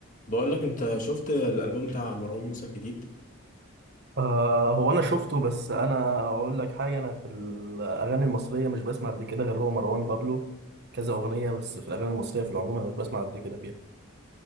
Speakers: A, on the left; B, on the right.
A: بقول لك انت شفت الالبوم بتاع مروان موسى الجديد
B: آه هو انا شفته بس انا اقول لك حاجه انا في الاغاني المصريه مش بسمع قد كده غير هو مروان بابلو كذا اغنيه بس في الاغاني المصريه في العموم انا مش بسمع قد كده فيها